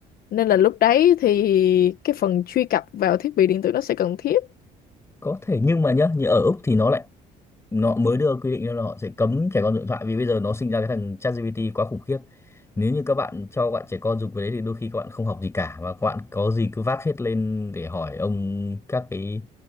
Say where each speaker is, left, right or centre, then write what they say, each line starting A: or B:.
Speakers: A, on the left; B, on the left.
A: nên là lúc đấy thì cái phần truy cập vào thiết bị điện tử nó sẽ cần thiết
B: có thể nhưng mà nhá như ở Úc thì nó lại nó mới đưa quy định ra là họ sẽ cấm trẻ con dùng điện thoại vì bây giờ nó sinh ra cái thằng ChatGPT quá khủng khiếp nếu như các bạn cho bạn trẻ con dùng cái đấy thì đôi khi các bạn không học gì cả và các bạn có gì cứ vác hết lên để hỏi ông các cái